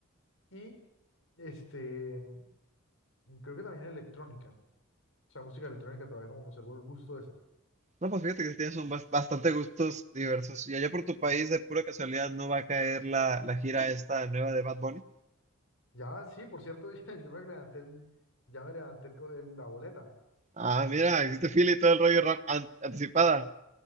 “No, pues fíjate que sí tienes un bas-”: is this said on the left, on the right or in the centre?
Right